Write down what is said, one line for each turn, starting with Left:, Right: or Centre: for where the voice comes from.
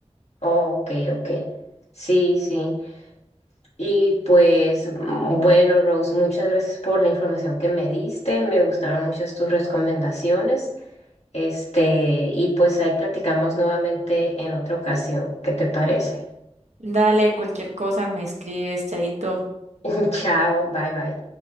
Left: oh, ok, ok. Sí, sí. Y pues mm, bueno, Rose, muchas gracias por la información que me diste, me gustaron muchas tus recomendaciones. Este, y pues ahí platicamos nuevamente en otra ocasión. ¿Qué te parece?
Right: Dale, cualquier cosa, me escribes, chaito.
Left: <laughs> Chao, bye bye.